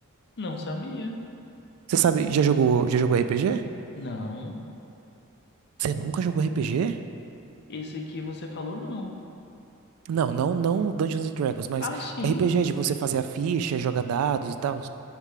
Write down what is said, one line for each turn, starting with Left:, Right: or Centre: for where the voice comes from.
Left: Não sabia.
Right: Você sabe, já jogou, já jogou RPG?
Left: Não.
Right: Você nunca jogou RPG?
Left: Esse aqui você falou não.
Right: Não, não, não Dungeons and Dragons, mas
Left: Ah, sim.
Right: RPG de você fazer a ficha, jogar dados e tal.